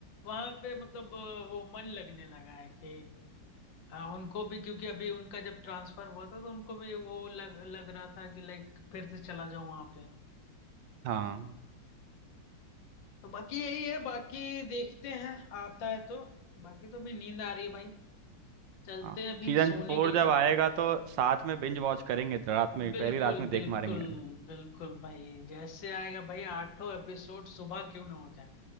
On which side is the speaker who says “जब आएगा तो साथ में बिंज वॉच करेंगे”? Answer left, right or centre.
Right